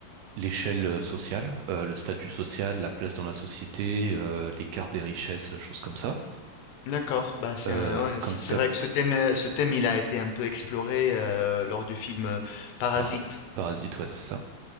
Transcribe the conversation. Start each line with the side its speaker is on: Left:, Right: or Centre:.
Right: l'échelle euh, sociale, euh, le statut social, la place dans la société, euh, l'écart des richesses, choses comme ça.
Left: D'accord. Bah, c'est
Right: Euh,
Left: un- ouais,
Right: comme
Left: c'est c'est
Right: t'as
Left: vrai que ce thème, euh, ce thème, il a été un peu exploré euh, lors du film euh, Parasite.
Right: par- Parasite, ouais, c'est ça.